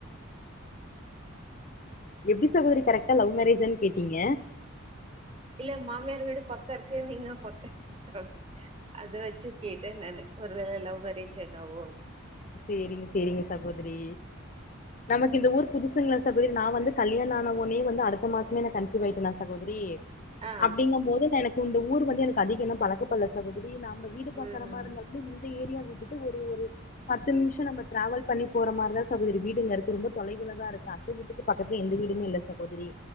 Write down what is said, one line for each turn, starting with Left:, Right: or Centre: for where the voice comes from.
Left: எப்டி சகோதரி கரெக்டா லவ் மேரேஜான் கேட்டீங்க
Right: இல்ல மாமியார் வீடு பக்க இருக்கு நீங்க பக்க அத வெச்சு கேட்ட நான்னு ஒரு வேல லவ்மேரேஜ்ஜா என்னவோ
Left: சேரிங்க சேரிங்க சகோத்ரி நமக்கு இந்த ஊர் புதுசுங்களா சகோதரி நா வந்து கல்யாணோ ஆன வொன்னே வந்து அடுத்த மாசமே நா கன்சி்வ் ஆயிட்டேனா சகோதரி
Right: ஆ
Left: அப்டிங்க போது எனக்கு இந்த ஊர் வந்து எனக்கு அதிகோ எல்லா பழக்க படல சகோதிரி நாம வீடு பாக்குற
Right: ம்
Left: மாருந்தா இல்ல இந்த ஏரியா விட்டுட்டு ஒரு ஒரு பத்து நிமிஷோ நம்ம டிராவல் பண்ணி போற மாரிதா சகோதரி வீடுங்கருக்கு ரொம்ப தொலைவில்லதா ருக்கா எங்க வீட்டுக்கு பக்கத்துல எந்த வீடுமே இல்ல சகோதரி